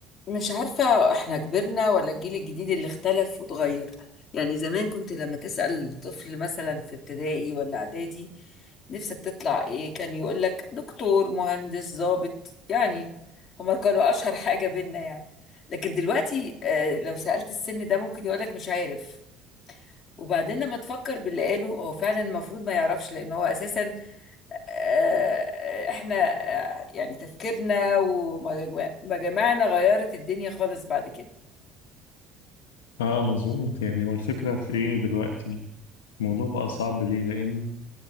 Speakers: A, on the left; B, on the left.
A: مش عارفة احنا كبرنا ولا الجيل الجديد اللي اختلف واتغير يعني زمان كنت لما تسأل طفل مثلا في ابتدائي ولا اعدادي نفسك تطلع ايه كان يقول لك دكتور مهندس ضابط يعني هما كانوا اشهر حاجة بينا يعني لكن دلوقتي آه، لو سألت السن ده ممكن يقول لك مش عارف وبعدين لما تفكر باللي قاله هو فعلا المفروض ما يعرفش لان هو اساسا آه، احنا آه، يعني تفكيرنا ومجامعنا غيرت الدنيا خالص بعد كده
B: اه مظبوط يعني هو الفكرة في ايه دلوقتي الموضوع بقى صعب ليه لان